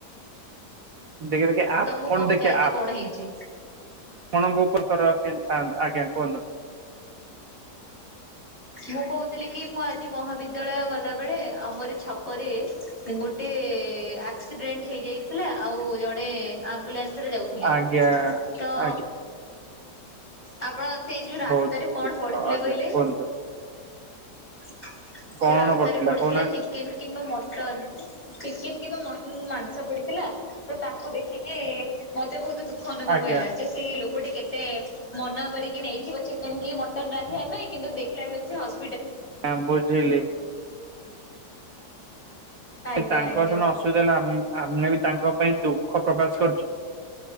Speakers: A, on the right (about 60°); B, on the left (about 25°).
A: ଦେଖି ଦେଖି ଆପଣ
B: ତ ମୁଁ କହୁଛି
A: ଦେଖିବା
B: ଆଜି କଣ ହେଇଛି।
A: ଆପଣଙ୍କ ଉପଙ୍କର କେମିତି ଥାନ୍ତା ଆଜ୍ଞା କୁହନ୍ତୁ।
B: ମୁଁ କହୁଥିଲି କି, ମୁଁ ଆଜି ମହାବିଦ୍ୟାଳୟ ଗଲା ବେଳେ, ଆମରୀ ଛକରେ ଗୋଟେ ଏ-ଆକ୍ସିଡେଣ୍ଟ ହେଇଯାଇଥିଲା, ଆଉ ଜଣେ ଆମ୍ବୁଲାନ୍ସ ସେ ଯାଉଥିଲେ
A: ଆଜ୍ଞା
B: ତ
A: ଆଜ୍ଞା
B: ଆପଣ ସେଇ ଯୋଉ ରାସ୍ତାରେ,
A: ବହୁତ
B: କଣ
A: ଦୁଃଖ
B: ପଡିଥିଲା
A: ଆଜ୍ଞା
B: କହିଲେ?
A: କୁହନ୍ତୁ
B: ସେ
A: କଣ
B: ରାସ୍ତାରେ ପଡିଥିଲା
A: କହୁନାହାନ୍ତି
B: ଚିକେନ କିମ୍ବା ମଟନ। ଚିକେନ କିମ୍ବା ମଟ ହୁଁ, ମାଂସ ପଡିଥିଲା ।ତ ତାକୁ ଦେଖିକି ମତେ ବହୁତ ଦୁଃଖ ଅନୁଭବ
A: ଆଜ୍ଞା
B: ହେଲା ।ଯେ ସେ ଲୋକ ଲୋକଟି କେତେ ମନ କରିକି ନେଇଥିବ ଚିକେନ କି ମଟନ୍ ରାନ୍ଧିବା ପାଇଁ, କିନ୍ତୁ ଦେଖିଲା ବେଳକୁ ହସ
A: ହଁ ବୁଝିଲି।
B: ଆଜ୍ଞା
A: ଏ ତାଙ୍କର
B: ଆଜ୍ଞା।
A: ସିନା ଅସୁବିଧା ହେଲା, ଆମେ ବି ତାଙ୍କ ପାଇଁ ଦୁଃଖ ପ୍ରକାଶ କରୁଛୁ।